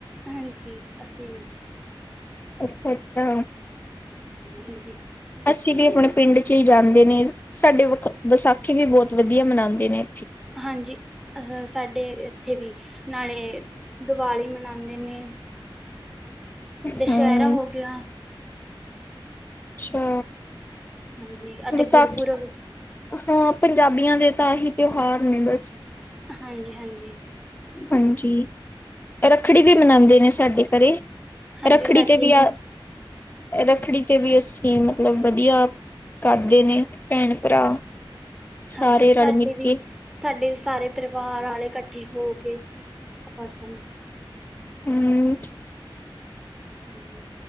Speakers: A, in the centre; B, on the left (about 20°).
A: ਹਾਂਜੀ, ਅਸੀਂ ਵੀ
B: ਅੱਛਾ-ਅੱਛਾ।
A: ਜੀ ਜੀ।
B: ਅਸੀਂ ਵੀ, ਆਪਣੇ ਪਿੰਡ ਚ ਹੀ ਜਾਂਦੇ ਨੇ, ਸਾਡੇ ਵਿਸਾਖੀ, ਵੀ ਬਹੁਤ ਵਧੀਆ ਮਨਾਉਂਦੇ ਨੇ।
A: ਹਾਂਜੀ, ਅਹ ਸਾਡੇ ਇੱਥੇ ਵੀ, ਨਾਲੇ ਦੀਵਾਲੀ ਮਨਾਉਂਦੇ ਨੇ
B: <unintelligible>
A: ਦੱਸਹਿਰਾ
B: ਹਮ
A: ਹੋ ਗਿਆ
B: ਅੱਛਾ?
A: ਹਾਂਜੀ, ਅਤੇ
B: ਵਿਸਾਖੀ
A: ਗੁਰਪੁਰਬ।
B: ਹਾਂ, ਪੰਜਾਬੀਆਂ ਦੇ ਤਾਂ, ਆਹੀ ਤਿਉਹਾਰ ਨੇ ਬਸ।
A: ਹਾਂਜੀ--ਹਾਂਜੀ।
B: ਹਾਂਜੀ, ਰੱਖੜੀ ਵੀ ਮਨਾਉਂਦੇ ਨੇ, ਸਾਡੇ ਘਰੇ।
A: ਹਾਂਜੀ
B: ਰੱਖੜੀ
A: ਸਾਡੇ
B: ਤੇ ਵੀ ਆ ਰੱਖੜੀ ਤੇ ਵੀ ਅਸੀਂ ਮਤਲਬ ਵਧੀਆ। ਕਰਦੇ ਨੇ ਭੈਣ ਭਰਾ, ਸਾਰੇ
A: ਹਾਂਜੀ, ਸਾਡੇ
B: ਰਲ ਮਿਲ
A: ਵੀ
B: ਕੇ
A: ਸਾਡੇ ਸਾਰੇ ਪਰਿਵਾਰ ਆਲੇ ਇਕੱਠੇ। ਹੋ ਕੇ ਕਰਦੇ ਨੇ,
B: ਹੁੰ,
A: ਹਾਂਜੀ